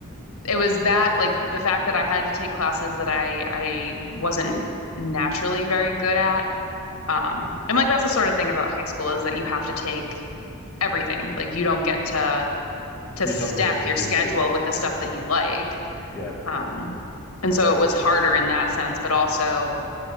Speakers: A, on the left; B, in the centre.
A: it was that like the fact that I had to take classes that I I wasn't naturally very good at. Um, and like that's the sort of thing about high school is that you have to take everything. Like you don't get to to
B: You
A: stack
B: don't get to pick
A: your schedule
B: and choose.
A: with the stuff that you like.
B: Yeah.
A: Um, and so it was harder in that sense, but also